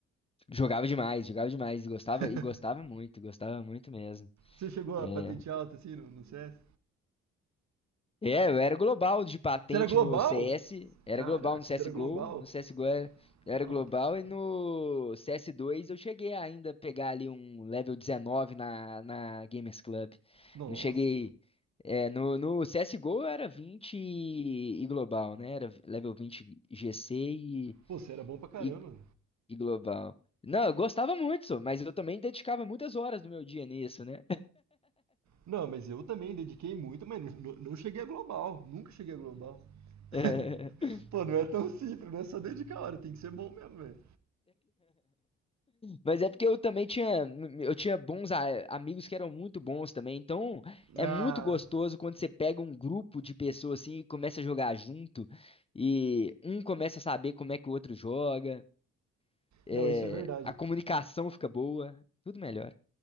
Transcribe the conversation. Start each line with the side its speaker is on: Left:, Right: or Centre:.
Left: Jogava demais, jogava demais, gostava
Right: <laughs>
Left: e gostava muito, gostava muito mesmo.
Right: Você chegou
Left: É,
Right: a patente alta assim no, no CS?
Left: É, eu era global de patente
Right: Você era global?
Left: no CS, era
Right: Caraca,
Left: global no CSGO,
Right: você era global?
Left: no CSGO era, eu era
Right: Nossa,
Left: global e no CS2 eu cheguei ainda a pegar ali um level 19 na, na Gamers Club.
Right: nossa.
Left: Não cheguei. É, no, no CSGO eu era 20 e, e global, né? Era level 20 GC e,
Right: Pô, você era bom pra caramba.
Left: e, e global. Não, eu gostava muito, só, mas eu também dedicava muitas horas do meu dia nisso, né?
Right: Não, mas eu também dediquei muito, mas não, não cheguei a global. Nunca cheguei a global. <laughs>
Left: <laughs>
Right: Pô, não é tão simples, não é só dedicar a hora, tem que ser bom mesmo, velho.
Left: Mas é porque eu também tinha, eu tinha bons a- amigos que eram muito bons também. Então, é
Right: Ah,
Left: muito gostoso quando você pega um grupo de pessoas assim e começa a jogar junto e um começa a saber como é que o outro joga. é,
Right: não, isso é verdade.
Left: a comunicação fica boa, tudo melhora.